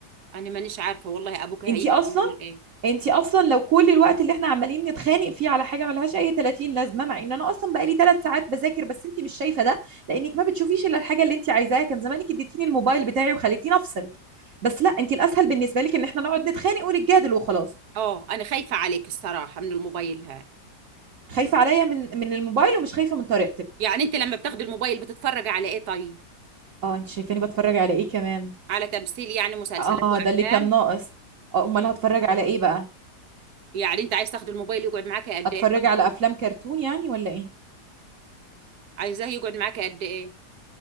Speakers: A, on the right; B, on the right.
A: انا مانيش عارفه والله ابوك هيحكي
B: انت اصلا
A: يقول ايه
B: انت اصلا لو كل الوقت اللي احنا عمالين نتخانق فيه على حاجه ملهاش اي 30 لازمه مع ان انا اصلا بقالي ثلاث ساعات بذاكر بس انت مش شايفه ده لانك ما بتشوفيش الا الحاجه اللي انت عايزاها كان زمانك اديتيني الموبايل بتاعي وخليتيني افصل بس لا انت الاسهل بالنسبه لك ان احنا نقعد نتخانق ونتجادل وخلاص
A: اه انا خايفة عليك الصراحة من الموبايل ها
B: خايفة عليا من من الموبايل ومش خايفة من طريقتك
A: يعني انت لما بتاخد الموبايل بتتفرج على ايه طيب
B: اه انت شايفاني بتفرج على ايه كمان
A: على تمثيل يعني مسلسلات
B: اه
A: وافلام
B: ده اللي كان ناقص اه امال
A: مم.
B: هتفرج على ايه بقى
A: يعني انت عايز تاخد الموبايل يقعد معاك قد
B: اتفرج
A: ايه طيب
B: على افلام كرتون يعني ولا ايه
A: عايزاه يقعد معاك قد ايه